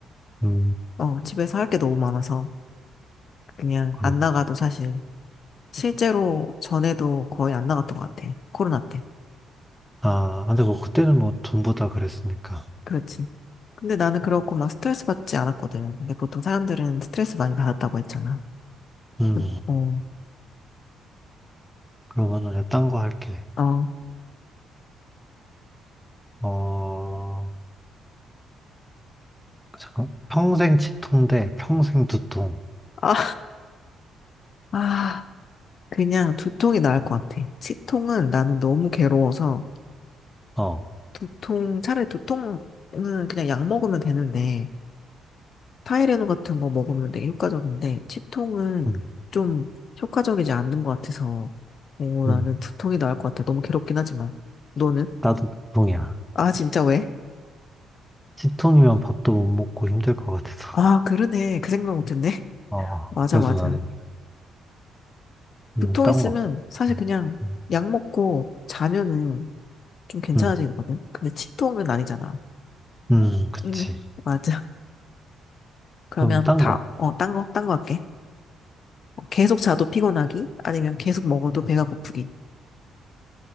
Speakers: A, in the centre; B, on the left.
A: 음,
B: 어, 집에서 할 게 너무 많아서 그냥
A: 그렇고.
B: 안 나가도 사실 실제로 전에도 거의 안 나갔던 것 같아. 코로나 때.
A: 아, 근데 뭐 그때는 뭐 전부 다 그랬으니까.
B: 그렇지. 근데 나는 그렇고 막 스트레스 받지 않았거든. 근데 보통 사람들은 스트레스 많이 받았다고 했잖아.
A: 음,
B: 그- 어,
A: 그러면은 내가 딴거 할게.
B: 어.
A: 어, 잠깐. 평생 치통 대 평생 두통.
B: 아, 아, 그냥 두통이 나을 것 같아. 치통은 나는 너무 괴로워서
A: 어,
B: 두통, 차라리 두통은 그냥 약 먹으면 되는데 타이레놀 같은 거 먹으면 되게 효과적인데 치통은
A: 음,
B: 좀 효과적이지 않는 것 같아서 오 나는
A: 음.
B: 두통이 나을 것 같아. 너무 괴롭긴 하지만. 너는?
A: 나도 두통이야.
B: 아, 진짜 왜?
A: 치통이면 밥도 못 먹고 힘들 것 같아서.
B: 아, 그러네. 그 생각 못했네.
A: 어,
B: 맞아,
A: 그래서
B: 맞아.
A: 나는, 음,
B: 두통
A: 딴
B: 있으면
A: 거.
B: 사실 그냥
A: 음,
B: 약 먹고 자면은 좀 괜찮아지거든.
A: 음,
B: 근데 치통은 아니잖아.
A: 음, 그치.
B: 응, 맞아. 그러면
A: 그럼 딴
B: 다,
A: 거.
B: 어, 딴 거, 딴 거 할게. 어, 계속 자도 피곤하기? 아니면 계속 먹어도 배가 고프기?